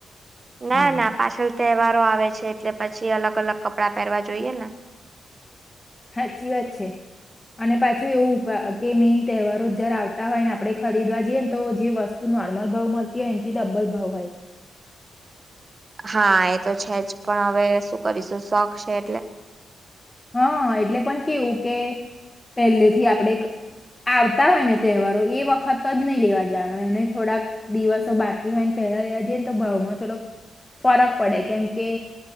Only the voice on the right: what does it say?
ના
ના પાછળ તહેવારો આવે છે એટલે પછી અલગ અલગ કપડાં પહેરવા જોઈએ.
<inaudible> હા એ તો છે જ પણ હવે શું કરીશું શોખ છે એટલે